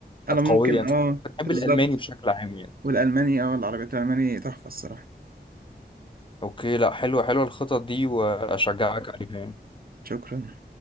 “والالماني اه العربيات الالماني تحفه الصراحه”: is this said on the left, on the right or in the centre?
Right